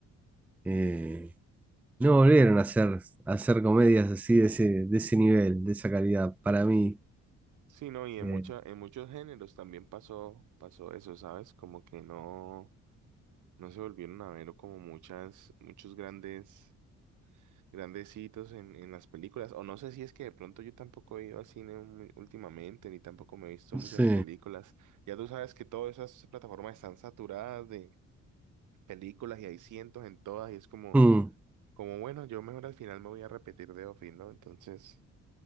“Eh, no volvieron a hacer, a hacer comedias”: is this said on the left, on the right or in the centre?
Centre